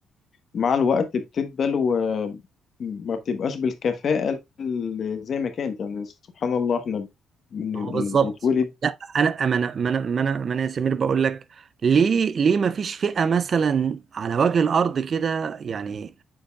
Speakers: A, on the left; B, on the right.
A: مع الوقت بتدبل وما بتبقاش بالكفاءة اللي زي ما كانت يعني سبحان الله احنا بن
B: ما هو بالظبط
A: يعني بنتولد
B: لا انا ما انا ما انا ما انا ما أنا يا سمير بقول لك ليه ليه ما فيش فئة مثلا على وجه الارض كده يعني